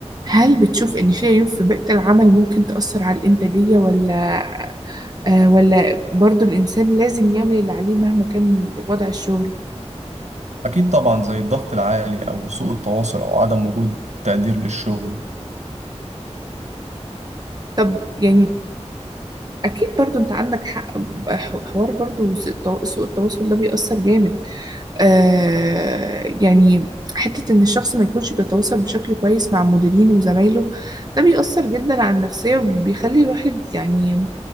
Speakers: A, on the right; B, on the right.
A: هل بتشوف إن في عيوب في بيئة العمل ممكن تأثر على الإنتاجية ولا آه ولا برضو الإنسان لازم يعمل اللي عليه مهما كان وضع الشغل
B: أكيد طبعا زي الضغط العالي أو سوء التواصل أو عدم وجود تقدير للشغل
A: طب يعني اكيد برضو انت عندك حق ح- حوار برضو سوء التو- سوء التواصل ده بيأثر جامد آه يعني حتة ان الشخص ما يكونش بيتواصل بشكل كويس مع مديرينه وزمايله ده بيأثر جدا على النفسية وبيخلي الواحد يعني